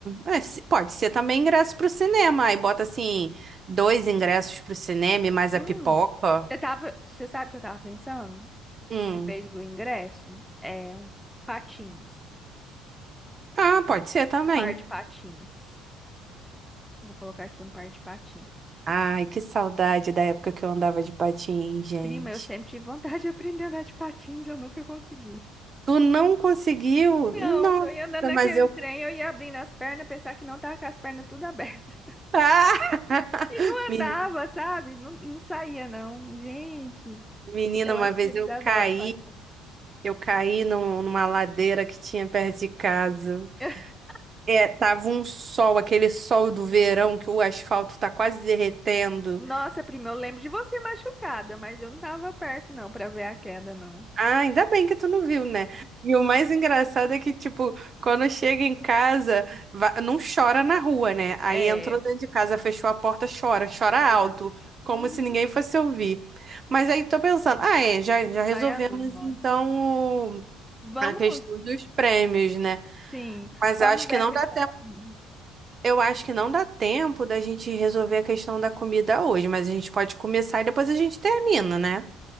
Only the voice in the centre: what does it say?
Hum,
eu tava, você sabe o que eu tava pensando?
Em vez do ingresso, é um patins,
um par de patins. Vou colocar aqui um par de patins.
Prima, eu sempre tive vontade de aprender a andar de patins, eu nunca consegui.
Não,
eu ia andando naquele
trem,
eu ia abrindo as pernas, pensar que não tava com as pernas tudo abertas.
<laughs> E não
andava, sabe? Não, não saía, não. Gente,
eu
acho
que eles
adoram
patins.
<laughs>
Nossa, prima, eu lembro de você machucada, mas eu não tava perto, não, pra ver a queda, não.
É,
É verdade.
uhum,
vai a Du embora.
Vamos,
sim,
vamos
ver
a questão
da comida.